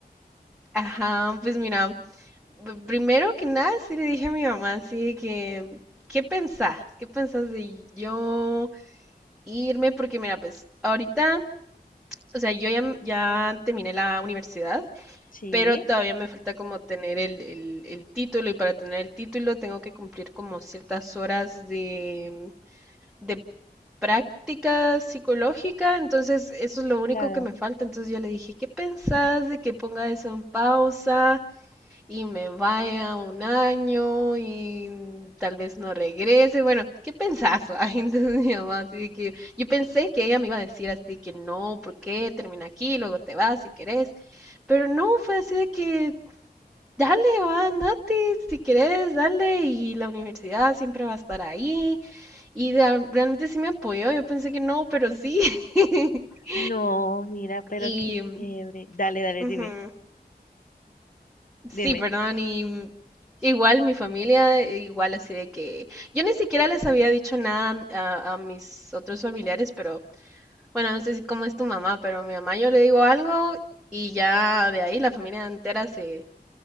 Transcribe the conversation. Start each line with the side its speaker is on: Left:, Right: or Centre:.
Centre: Ajá, pues mira, p- primero que nada sí le dije a mi mamá así que, ¿qué pensás? ¿Qué pensás de yo irme? Porque mira, pues ahorita o sea, yo ya, ya terminé la universidad,
Left: Sí,
Centre: pero todavía me falta como tener el, el, el título y para tener el título tengo que cumplir como ciertas horas de, de práctica psicológica, entonces eso es lo único
Left: claro.
Centre: que me falta. Entonces yo le dije, ¿qué pensás de que ponga eso en pausa? y me vaya un año y mm, tal vez no regrese. Bueno, ¿qué pensás? va? <laughs> Entonces mi mamá, así de que yo pensé que ella me iba a decir así que no, ¿por qué? Termina aquí, luego te vas si querés. Pero no, fue así de que dale, va, andate, si querés, dale. Y la universidad siempre va a estar ahí. Y de- realmente sí me apoyó. Yo pensé que no, pero sí. <laughs>
Left: No, mira, pero
Centre: Y.
Left: qué
Centre: mm,
Left: chévere. Dale, dale,
Centre: ujú.
Left: dime,
Centre: Sí,
Left: dime.
Centre: perdón, y igual mi familia, eh, igual así de que yo ni siquiera les había dicho nada a, m- a- a mis otros familiares, pero bueno, no sé si cómo es tu mamá, pero mi mamá yo le digo algo y ya de ahí la familia entera se